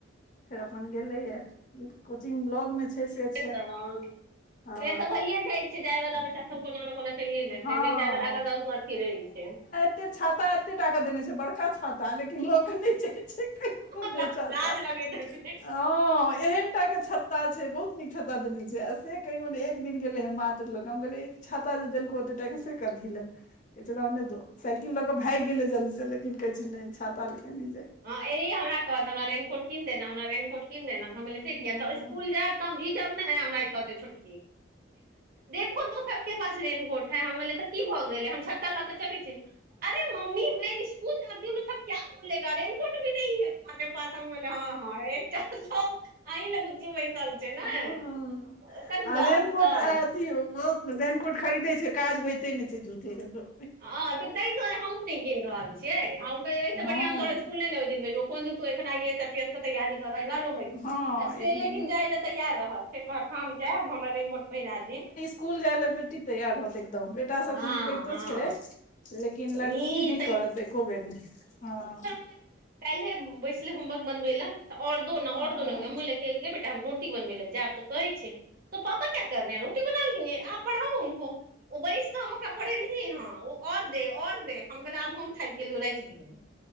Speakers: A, on the left; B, on the right.
A: फेर अपन गेलेय कोचिंग लॉग मे छै से छै
B: तऽ
A: हँ
B: फेर तऽ भइए जाइ छिय जायवला बेटा कोना कोना चेलिय जै
A: हँ
B: छे नहि जाय वला के दशगो अथी रहै छै
A: एे छाता एते टाका देने छै बड़का छाता लेकिन लोक नहि छै कहियो <unintelligible>
B: लाज
A: दै छाता
B: लगैत हेतै
A: हँ एहेन टा के छत्ता छै बहुत नीक छत्ता देने छै आ से कहियो ने एक दिन गेले हऽ मात्र लग हम गेले छाता जे देलको ओतेटा से कथिै कह रहने दो साइकिल ल के भाग गेले जल्दी से लेकिन कहे छै नहि छाता ले के नहि जाय
B: ह यह हमरा कहत हमराेननकोट कीन दे ने हमरा रेननकोट कीन दे नऽ हम से किया
A: हँ
B: स्कुल जायब तऽ हम भीजब ने हमरा ई कहते छोटकी देखो तो सबके पास रेननकोट है हम ले तऽ की भऽ गेल है हम छतता लऽ के चलै छी अरे मम्मी में स्कूल जाति हू सब क्य बोले रेन कोट भीहीै तुम्ारे पास हम हँ हँ एकटा अहिलऽ बुची बैसल छै ने
A: हँ
B: एकर
A: आ
B: गप
A: रेननकोट
B: सप
A: अथी रेननकोट खरीदे छै काज होयइते ने छै झुठे कऽ जो
B: ह तऽ तारे हमहुूं नै किन रहल छियै हम एहिस
A: हँ
B: बढ़िया तो इकुले नय ओ दिन भेजब तु अखन I S P C S कऽ तैयारी कऽ रहल छऽ घर मऽ बैठ
A: हँ
B: से
A: एक
B: लेकिन
A: दिन
B: जाइ लए तैयार रहत से कहत हम जायब हमरा रेंगगोट पहिरा दे
A: स्कूल जाइ लए बेटी तैयार होत एकदम बेटा सब
B: हँ
A: कनी करितो
B: हँ
A: छै लेकिन
B: ई
A: लड़की नहि करत एको बेर ने हँ
B: कालहि है बैसले होुमबर्क बनबै ल तऽ ओर दो न
A: हँ
B: और दोन ल गे बेटा हम रोटी बनबै लए जायब तऽ कहै छै तऽ पापा क्य कर रहे है रोटी बना लेंगे आप पढ़ाओ हमको ओ बैस पढ़ेलिय ह ओ आर दे और दे हम कहै आब हम थाकि गेलिय राखि दिय